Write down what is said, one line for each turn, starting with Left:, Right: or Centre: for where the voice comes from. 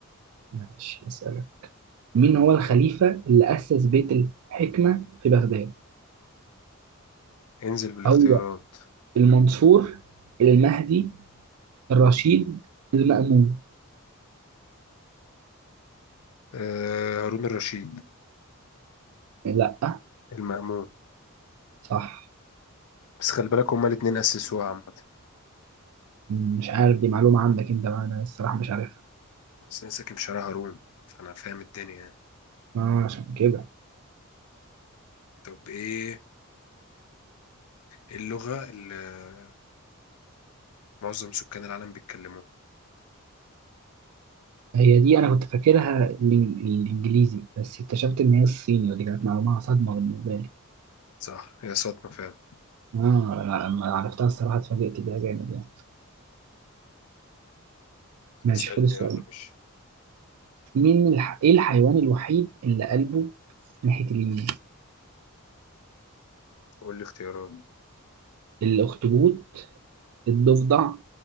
Right: ماشي اسألك مين هو الخليفة اللي أسس بيت الحكمة في بغداد؟
Left: انزل بالاختيارات
Right: هو المنصور المهدي الرشيد المأمون
Left: أه، هارون الرشيد
Right: لا
Left: المأمون
Right: صح
Left: بس خلي بالك هما الاتنين أسسوها عامة
Right: مش عارف دي معلومة عندك انت بقى انا الصراحة مش عارفها
Left: بس انا ساكن في شارع هارون فانا فاهم الدنيا يعني
Right: آه عشان كده
Left: طب ايه اللغة اللي معظم سكان العالم بيتكلموها
Right: هي دي انا كنت فاكرها الإن- الانجليزي بس اكتشفت ان هي الصيني ودي كانت معلومة صدمة بالنسبة لي
Left: صح هي صدمة فعلا
Right: اه لا لما عرفتها الصراحة اتفاجئت بيها جامد يعني ماشي
Left: اسألني
Right: خد السؤال
Left: يلا يا باشا
Right: مين الح... ايه الحيوان الوحيد اللي قلبه ناحية اليمين
Left: قول لي اختيارات
Right: الاخطبوط الضفدع